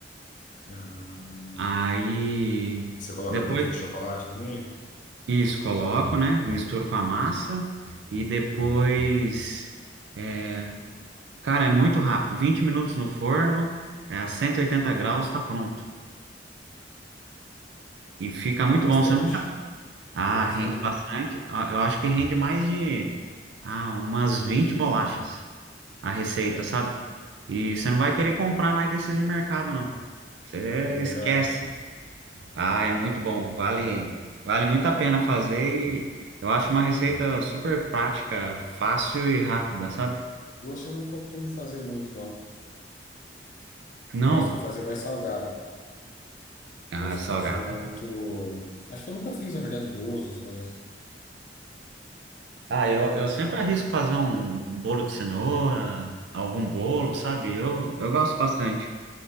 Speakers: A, on the left; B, on the right.
A: Ah,
B: Aí.
A: você coloca
B: Depois
A: gota de chocolate no meio?
B: Isso, coloco, né? Misturo com a massa e depois, é, cara, é muito rápido. vinte minutos no forno, é a 180 graus, tá pronto. E fica muito
A: Deu bastante?
B: bom. Você nunca. Ah,
A: Deu bastante?
B: rende bastante. Ah, Eu acho que rende mais de ah, umas 20 bolachas a receita,
A: É,
B: sabe? E você não vai querer comprar mais desses de mercado, não. Você
A: fica melhor.
B: esquece. Ah, é muito bom. Vale, vale muito a pena fazer e eu acho uma receita super prática, fácil e rápida, sabe?
A: Gosto eu não costumo fazer muito, não.
B: Não,
A: Gosto de fazer mais salgado, cara. Doce
B: ah, salgado.
A: eu não sou muito. Acho que eu nunca fiz, na verdade, bolos, essas coisas.
B: Ah, eu, eu sempre arrisco fazer um bolo de cenoura, algum bolo, sabe? Eu, eu gosto bastante.